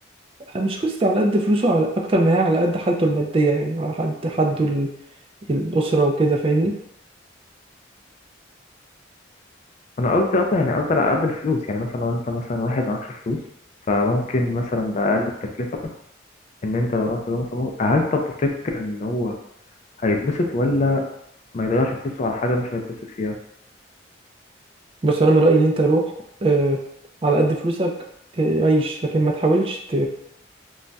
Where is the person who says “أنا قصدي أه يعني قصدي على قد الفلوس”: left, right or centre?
Left